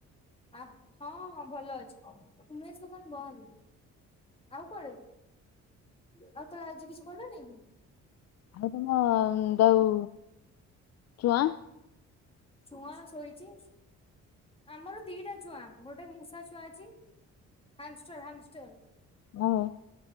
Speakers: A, on the left (about 20°); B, on the left (about 60°).
A: ହଁ ହଁ ଭଲ ଅଛିେ ଉମେଶ ଦୋକାନ ବଅନି। ଆଉ କୁଆଡେ ଆଉ ତଳେ ଆଜି କିଛି କଲନି?
B: ଆଉ ତମ ଦୋଉ ଛୁଆ?
A: ଛୁଆ ଶୋଇଛି। ଆମର ଦିଟା ଛୁଆ। ଗୋଟେ ମୂଷା ଛୁଆ ଅଛି। ହାମଷ୍ଟର ହାମଷ୍ଟର
B: ଓହୋ